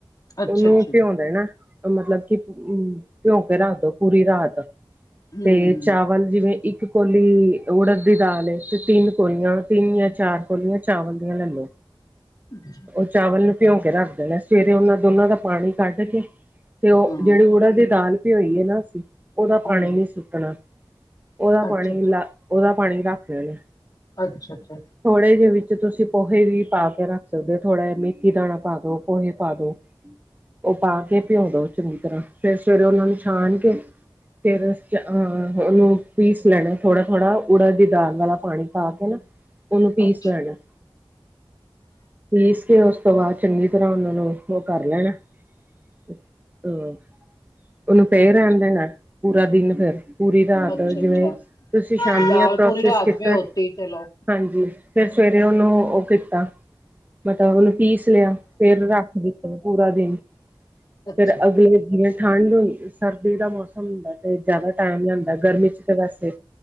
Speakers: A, on the left; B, on the right.
A: ਅੱਛਾ
B: ਉਹਨੂੰ
A: ਅੱਛਾ
B: ਭਿੰਉ
A: ਜੀ
B: ਦੇਨਾ। ਮਤਲਬ ਕਿ ਭਿਉ ਕੇ ਰੱਖਦੋ ਪੂਰੀ ਰਾਤ,
A: ਹਮ
B: ਤੇ ਚਾਵਲ ਜਿਵੇਂ ਇੱਕ ਇਕ ਕੋਲੀ ਉੜਦ ਦੀ ਦਾਲ ਏ, ਤੇ ਤਿੰਨ ਕੋਲੀਆਂ ਤਿੰਨ ਜਾਂ ਚਾਰ ਕੋਲੀਆਂ ਚਾਵਲ ਦੀਆ ਲੈ ਲੋ।
A: ਜੀ
B: ਉਹ ਚਾਵਲ ਨੂੰ ਭਿਉਂ ਕੇ ਰੱਖ ਦੇਣਾ, ਸਵੇਰੇ ਉਹਨਾਂ ਦੋਨਾਂ ਦਾ ਪਾਣੀ ਕੱਢ ਕੇ ਤੇ ਉਹ
A: ਹਾਂ
B: ਜਿਹੜੀ ਉੜਦ ਦੀ ਦਾਲ ਭਿਉਂਈ ਏ ਨਾ ਅਸੀ, ਉਹਦਾ
A: ਹਾਂਜੀ
B: ਪਾਣੀ ਨੀ ਸੁਟਣਾ। ਉਹਦਾ ਪਾਣੀ
A: ਅੱਛਾ ਅੱਛਾ
B: ਲਾ, ਉਹਦਾ ਪਾਣੀ ਰੱਖਦੇ ਨੇ।
A: ਅੱਛਾ ਅੱਛਾ
B: ਥੋੜੇ ਜਿਹੇ ਵਿੱਚ ਤੁਸੀਂ ਪੋਹੇ ਵੀ ਪਾ ਕੇ ਰੱਖ ਸਕਦੇ ਹੋ, ਥੋੜਾ ਜਹਾ ਮ ਮੇਥੀ ਦਾਣਾ ਪਾ ਦੋ, ਪੋਹੇ ਪਾ ਦੋ, ਉਹ ਪਾ ਕੇ ਭਿਉਂ ਦੋ ਚੰਗੀ ਤਰ੍ਹਾਂ। ਫਿਰ ਸਵੇਰੇ ਉਹਨਾ ਨੂੰ ਛਾਣ ਕੇ, ਫਿਰ ਅਹ ਉਹਨੂੰ ਪੀਸ ਲੈਣਾ, ਥੋੜਾ - ਥੋੜ੍ਹਾ, ਉੜਦ ਦੀ ਦਾਲ ਵਾਲਾ ਪਾਣੀ ਪਾ ਕੇ ਨਾ। ਉਹਨੂੰ ਪੀਸ
A: ਅੱਛਾ
B: ਲੈਣਾ। ਪੀਸ ਕੇ, ਉਸ ਤੋਂ ਬਾਅਦ ਚੰਗੀ ਤਰ੍ਹਾਂ ਉਹਨਾਂ ਨੂੰ ਉਹ ਕਰ ਲੈਣਾ, ਹੂਂ। ਉਹਨੂੰ ਪਏ
A: ਅੱਛਾ
B: ਰਹਿਣ ਦੇਣਾ, ਪੂਰਾ ਦਿਨ, ਫੇਰ ਪੂਰੀ ਰਾਤ,
A: ਅੱਛਾ
B: ਜਿਵੇਂ
A: ਅੱਛਾ
B: ਤੁਸੀਂ ਸ਼ਾਮੀ
A: ਦਾਲ
B: ਆ ਪ੍ਰੋਸੈਸ
A: ਪੂਰੀ ਰਾਤ
B: ਕੀਤਾ
A: ਭਿਓਤੀ ਚਲੋ
B: ਹਾਂਜੀ ਫਿਰ ਸਵੇਰੇ ਉਹਨੂੰ ਉਹ ਕੀਤਾ, ਮਤਲਬ ਉਹਨੂੰ ਪੀਸ ਲਿਆ, ਫੇਰ ਰੱਖ ਦਿੱਤਾ ਪੂਰਾ ਦਿਨ,
A: ਅੱਛਾ
B: ਫੇਰ ਅਗਲੇ ਜਿ ਠੰਢ ਹੁੰ ਸਰਦੀ ਦਾ ਮੌਸਮ ਹੁੰਦਾ, ਤੇ ਜ਼ਿਆਦਾ ਟਾਈਮ ਲਿਆਂਦਾ, ਗਰਮੀ ਚ ਤੇ ਵੈਸੇ